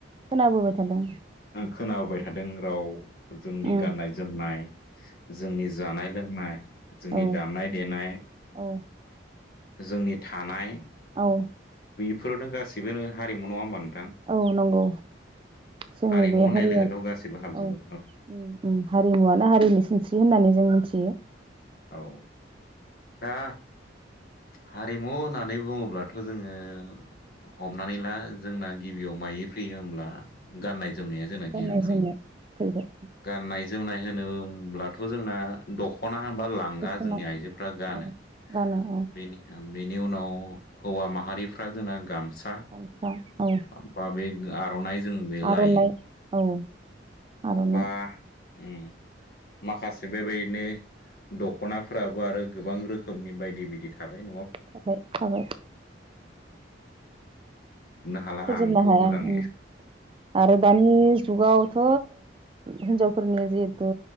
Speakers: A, on the right; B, on the left.
A: खोनाबोबाय थादों
B: खोनाबोबाय
A: औ
B: थादों राव जोंनि
A: उम
B: गाननाय जोमनाय जोंनि जा जानाय लोंनाय जोंनि
A: औ
B: दामनाय देनाय
A: औ
B: जोंनि थानाय
A: औ
B: बेफोरनो गासिबो हारिमु नङा होमबा नोंथां
A: औ नंगौ जोंनि
B: हारिमु
A: बे
B: होननाय
A: हारिया
B: लोगोथ' गासैबो हाबजोबो
A: औ उम हारिमुवानो हारिनि सिनस्रि होननानै जों मिथि
B: औ दा हारिमु होननानै बुङोब्लाथ' जोङो हमनानै ला जोंना गिबियाव मायो फैयो होमब्ला गाननाय जोमनाया जोंना
A: गाननाय
B: गिबियाव
A: जोमनाय
B: फैयो।
A: फैबाय
B: गाननाय जोमनाय होनोब्लाथ' जोंना दखना बा लांगा
A: दख'ना
B: जोंनि आइजोफ्रा गानो
A: औ गानो औ
B: बेनि उनाव हौवा माहारिफ्रा जोंना गामसा सा
A: गामसा औ
B: बा बे आर'नाइ जों बे लायो।
A: आर'नाइ औ आर'नाइ
B: बा उम माखासे बेबायदिनो दख'नाफ्राबो आरो गोबां रोखोमनि बायदि बायदि थाबाय ह
A: थाबाय थाबाय
B: हाला
A: फोजोबनो
B: आंथ'
A: हाया
B: मोजां
A: उम आरो दानि जुगावथ' हिनजावफोरनि जिहेतु